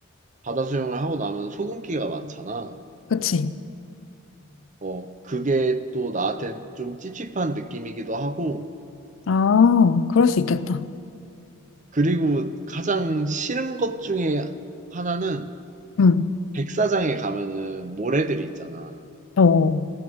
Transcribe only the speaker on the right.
바다 수영을 하고 나면 소금기가 많잖아.
어, 그게 또 나한텐 좀 찝찝한 느낌이기도 하고,
그리고 가장 싫은 것 중에 하나는
백사장에 가면은 모래들이 있잖아.